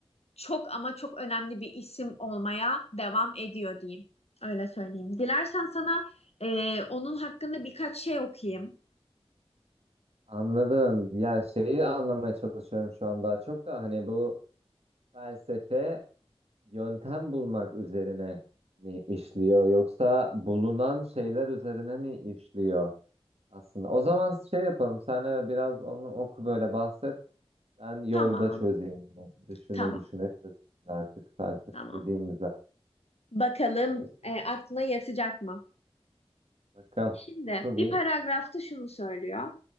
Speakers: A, on the left; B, on the right.
A: çok ama çok önemli bir isim olmaya devam ediyor diyeyim. Öyle söyleyeyim. Dilersen sana e, onun hakkında birkaç şey okuyayım.
B: anladım. Ya şeyi anlamaya çalışıyorum şu an daha çok da hani bu felsefe yöntem bulmak üzerine mi işliyor yoksa bulunan şeyler üzerine mi işliyor aslında? O zaman şey yapalım. Sen e, biraz onu oku böyle bahset. Ben yolda
A: Tamam.
B: çözeyim. Düşüne
A: Tamam,
B: düşüne çözeyim artık felsefe
A: tamam.
B: bu değil mi zaten?
A: Bakalım
B: E, şey
A: e, aklına yatacak mı?
B: Bakalım.
A: Şimdi
B: Oku
A: bir
B: bir.
A: paragrafta şunu söylüyor.